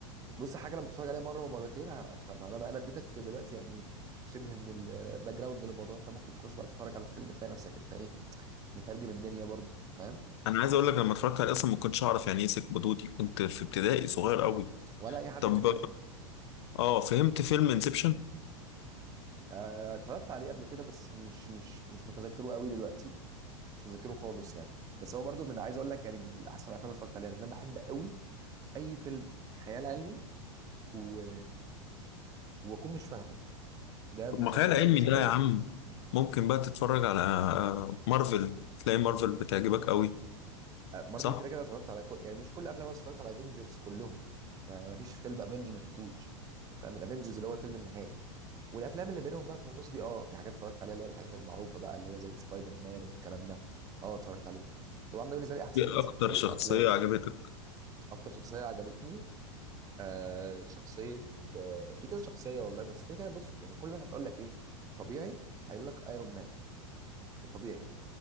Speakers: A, on the right (about 20°); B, on the left (about 55°).
A: بص حاجه لما تتفرج عليها مره ومرتين هتفهمها انا انا اديتك دلوقتي يعني شبه من الباك جراوند للموضوع انت ممكن تخش بقى تتفرج على الفيلم تلاقي نفسك انت ايه مترجم الدنيا برضو فاهم
B: <laughs> انا عايز اقول لك لما اتفرجت عليه اصلا ما كنتش اعرف يعني ايه سيف بدودي كنت في ابتدائي صغير قوي
A: ولا اي حد
B: طب
A: كان يعرف
B: اه فهمت فيلم انسبشن
A: آه، اتفرجت عليه قبل كده بس مش مش مش متذكره قوي دلوقتي مش متذكره خالص يعني بس هو برضو من عايز اقول لك يعني من احسن الافلام اللي اتفرجت عليها لان انا بحب قوي اي فيلم خيال علمي و... واكون مش فاهمه ده بيخليني
B: طب ما خيال علمي
A: اتبسط
B: ده
A: قوي
B: يا عم ممكن بقى تتفرج على آه، مارفل تلاقي مارفل بتعجبك قوي
A: آه، مارفل
B: صح
A: كده كده اتفرجت على كل... يعني مش كل افلامها بس اتفرجت على افنجرز كلهم ما ما فيش فيلم افنجر ما شفتوش فاهم الافنجرز اللي هو الفيلم النهائي والافلام اللي بينهم بقى في النص دي اه في حاجات اتفرجت عليها اللي هي الحاجات المعروفه بقى اللي هي زي سبايدر مان والكلام ده اه اتفرجت عليه طبعا ده بالنسبه لي احسن
B: ايه
A: سلسله
B: اكتر شخصية
A: افلام
B: عجبتك
A: اكتر شخصيه عجبتني آه شخصيه آه في كذا شخصيه والله بس كده كده بص يعني كل الناس هتقول لك ايه طبيعي هيقول لك ايرون مان ده طبيعي يعني.